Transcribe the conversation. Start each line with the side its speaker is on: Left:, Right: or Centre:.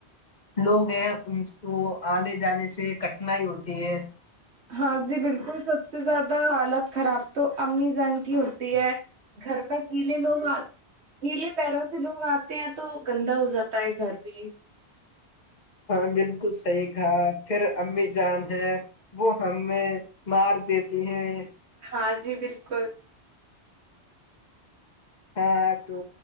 Left: لوگ ہیں ان کو آنے جانے سے کٹھنائی ہوتیہ ہے
Right: ہاں جی بالکل سب سے زیادہ حالت خراب تو امی زان کی ہوتی ہے گھر میں گیلے لوگ آ گیلے پیروں سے لوگ آتے ہیں تو گندا ہو جاتا ہے گھر بھی
Left: ہاں بالکل صحیح تھا پھر امی جان ہے وہ ہمیں مار دیتی ہیں
Right: ہاں جی بالکل
Left: ہاں تو